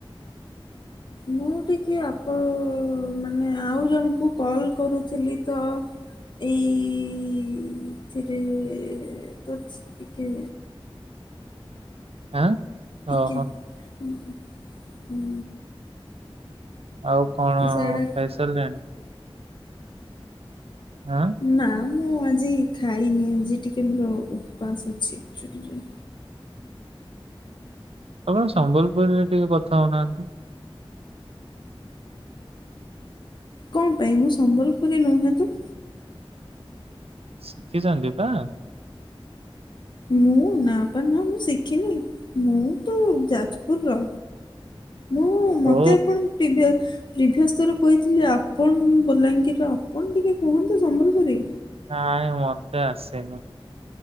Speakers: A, on the left; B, on the right.
A: ମୁଁ ଟିକେ ଆପଣ ମାନେ ଆଉ ଜଣଙ୍କୁ କଲ୍ କରୁଥିଲି ତ। ଏଇଥିରେ ତ ଟିକେ
B: ଆଁ?
A: ଟିକେ
B: ଓହୋ
A: ହୁଁ।
B: ଆଉ କଣ
A: ତ ସେଇଟା
B: ଖାଇ ସାରିଲେଣି? ଆଁ?
A: ନା ମୁଁ ଆଜି ଖାଇନି ଆଜି ଟିକେ ମୋର ଉପାସ ଅଛି ଆକ୍‌ଚୁଆଲିରେ
B: ଆପଣ ସମ୍ବଲପୁରିରେ ଟିକେ କଥା ହଉନାହାନ୍ତି?
A: କଣ ପାଇଁ ମୁଁ ସମ୍ବଲପୁରି ନୁହେନ୍ତ?
B: ଶିଖିଛନ୍ତି ତ?
A: ମୁଁ ନା ପା ନା ମୁଁ ଶିଖିନି ମୁଁ ତ ଯାଜପୁ ପୁର ର ମୁଁ ମତେ
B: ଓ
A: ଆପଣ ପ୍ରିଭି ପ୍ରିଭିୟସ୍ ଥର କହିଥିଲେ ଆପଣ ବଲାଙ୍ଗୀର ର ଆପଣ ଟିକେ କୁହନ୍ତୁ ସମ୍ବଲପୁରୀ?
B: ନାଇଁ ମତେ ଆସେନି।